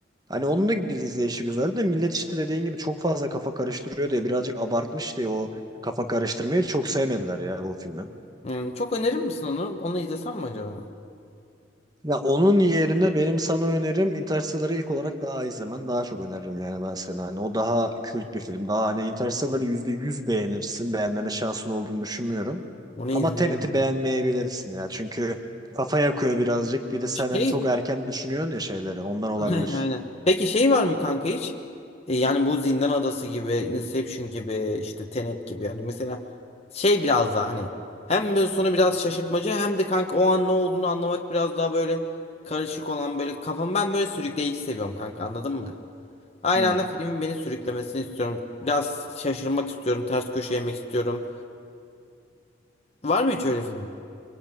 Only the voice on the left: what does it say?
Hmm, çok önerir misin onu? Onu izlesem mi acaba?
Onu
izleyeyim
mi?
Şey
<laughs>
Aynen. Peki şey var mı kanka hiç? E, Yani bu Zindan Adası gibi, Inception gibi, işte Tenet gibi yani mesela şey biraz daha hani hem böyle sonu biraz şaşırtmacı hem de kanka o an ne olduğunu anlamak biraz daha böyle karışık olan böyle kafam ben böyle sürükleyici seviyorum kanka anladın mı? Aynı
anda filmin beni sürüklemesini istiyorum. Biraz şaşırmak istiyorum, ters köşe yemek istiyorum. Var mı hiç öyle film?